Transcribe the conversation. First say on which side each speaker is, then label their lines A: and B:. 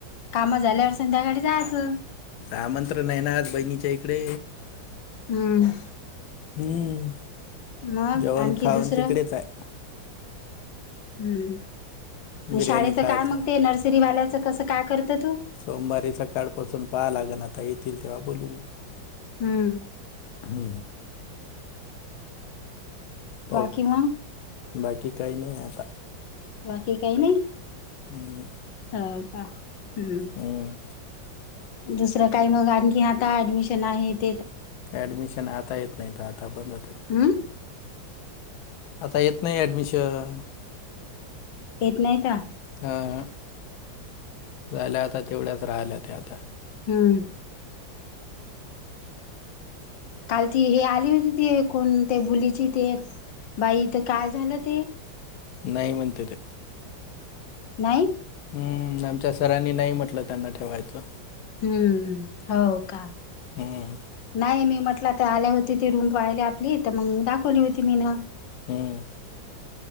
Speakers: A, on the left; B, on the left.
A: काम झाल्यावर संध्याकाळी जायचं.
B: आमंत्रण आहे ना आज बहिणीच्या इकडे.
A: हम्म
B: हम्म.
A: मग
B: जेवण
A: आणखी
B: खावण
A: दुसरं?
B: तिकडेच आहे
A: हम्म.
B: बिर्याणी
A: शाळेच
B: खायचं
A: काय मगते नर्सरीवाल्याचं कसं काय करतात?
B: सोमवारी सकाळ पासून पहाव लागल आता येतील तेव्हा बोलू.
A: हम्म.
B: हम्म पाहू
A: बाकी मंग?
B: बाकी काही नाही आहे आता.
A: बाकी काही नाही.
B: हम्म
A: हो का? हम्.
B: हम्म
A: दुसरं काही मग आणखी आता ऍडमिशन आहेत.
B: ऍडमिशन आता येत नाही तर आता बंद होते.
A: हम्म
B: आता येत नाही ऍडमिशन.
A: येत नाहीता.
B: हा. झाल्या आता तेवढ्याच राहिल्या त्या आता.
A: हम्म काल ती हे आली होती. ती कोण? ते भुलीची ती एक - बाई ईथं काय झालं ते?
B: नाहीय म्हणते ते
A: नाही?
B: हम्म. आमच्या सरांनी नाही म्हटलं त्यांना ठेवायचं.
A: हम्म. हो.
B: हम्म.
A: नाही मी म्हटलं ते आल्या होती ती रूम पाहिले आपली तर मग दाखवली होती मीन.
B: हम्म.